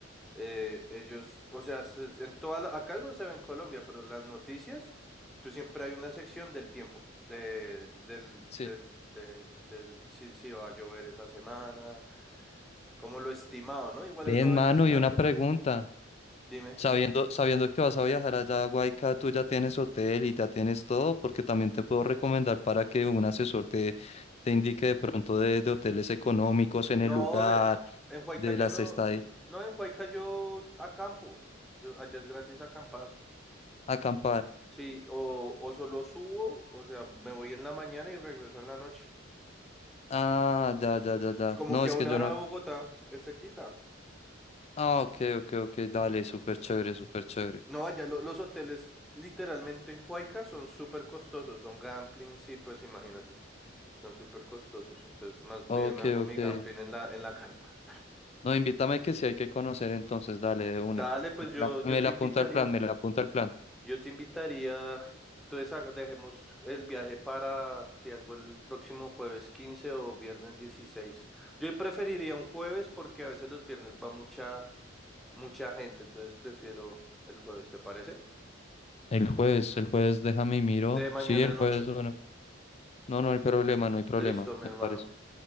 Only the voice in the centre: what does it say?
eh, ellos, o sea, se- en toda la- acá no se ve en Colombia, pero en las noticias, tú siempre hay una sección del tiempo, de, del,
del, de- del, si, si va a llover esa semana, como lo estimado, ¿no? Igual
eso a veces
cambia.
Dime.
No,
eh, en Huaycayo
no,
no, en Huaycayo acampo. Yo, allá es gratis acampar.
Sí, o, o solo subo, o sea, me voy en la mañana y regreso en la noche.
Como
que
a una
hora
de Bogotá es cerquita.
No, allá lo- los hoteles literalmente en Huayca son súper costosos, son gambling, sí, pues imagínate, son súper costosos. Entonces, más
bien hago
mi gambling en la, en la carpa.
Dale, pues
yo,
yo
te
invitaría.
Yo te invitaría, entonces haga- dejemos el viaje para, si algo, el próximo jueves 15 o viernes 16. Yo preferiría un jueves porque a veces los viernes va mucha, mucha gente, entonces prefiero el jueves, ¿te parece?
De mañana
en
8.
Listo, mi
hermano.